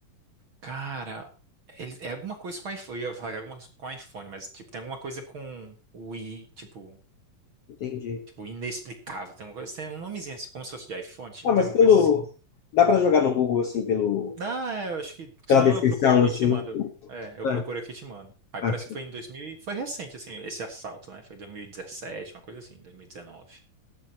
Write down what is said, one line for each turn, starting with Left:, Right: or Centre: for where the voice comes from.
Right: Cara, eles- é alguma coisa com iPhone. Eu ia falar que é alguma coisa com iPhone, mas tipo, tem alguma coisa com o i, tipo,
Left: Entendi.
Right: tipo, inexplicável. Tem uma coisa, tem um nomezinho assim, como se fosse de iPhone, tipo,
Left: Ah, mas
Right: tem alguma
Left: pelo.
Right: coisa assim.
Left: Dá pra jogar no Google, assim, pelo...
Right: Ah, é, eu acho que.
Left: pela
Right: Senão
Left: descrição,
Right: eu procuro aqui
Left: assim.
Right: e te mando. É, eu
Left: É,
Right: procuro aqui e te mando. Aí
Left: acho
Right: parece que foi em 2000. e- Foi recente, assim, esse assalto, né? Foi 2017, uma coisa assim, 2019.